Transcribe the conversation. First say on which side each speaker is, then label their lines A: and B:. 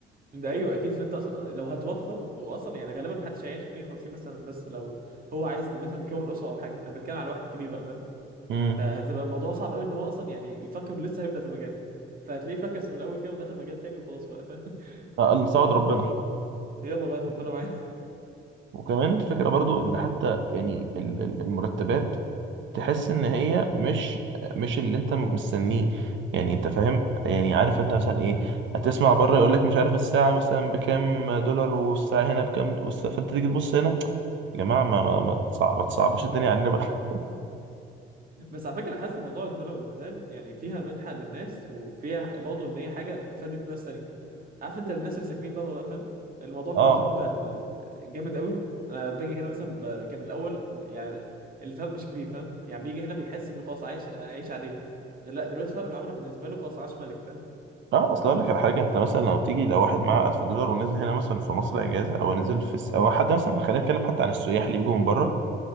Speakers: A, on the right; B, on the right.
A: ده ايوه اكيد فانت اصلا لو هتوفر هو اصلا يعني غالبا محدش هيعيش 150 مثلا بس لو هو عايز مثلا مكون اسره او حاجه انا بتكلم على واحد كبير بقى فاهم
B: امم
A: فهتبقى الموضوع صعب قوي ان هو اصلا يعني يفكر انه لسه هيبدا في المجال فهتلاقيه فكس من الاول كده ودخل مجال تاني وخلاص بقى <laughs>
B: قال نساعد ربنا
A: يلا بقى ربنا معانا
B: وكمان الفكره برضو ان حتى يعني ال- ال- المرتبات تحس ان هي مش مش اللي انت مستنيه يعني انت فاهم يعني عارف انت مثلا ايه هتسمع بره يقول لك مش عارف الساعه مثلا بكام دولار والساعه هنا بكام والس- فانت تيجي تبص هنا يا جماعه ما ما ما تصع- ما تصعبوش الدنيا علينا بقى
A: <laughs> بس على فكره انا حاسس إن موضوع الدولار لما زاد يعني فيها منحه للناس وفيها برضه ان هي حاجه فادت ناس تانية عارف انت الناس اللي ساكنين بره بقى فاهم الموضوع
B: <laughs>
A: بالنسبه
B: اه
A: لهم بقى ال- جامد قوي انا باجي هنا مثلا ب... كان الاول ب... يعني الفرق مش كبير فاهم يعني بيجي هنا بيحس انه خلاص عايش عايش عاديه لا دلوقتي فرق العمله بالنسبه له خلاص عاش ملك فاهم
B: اه اصل اقول لك على حاجه انت مثلا لما بتيجي لو واحد معاه 1000 دولار ونزل هنا مثلا في مصر اجازه او نزل في الس... او حد مثلا خلينا نتكلم حتى عن السياح اللي بيجوا من بره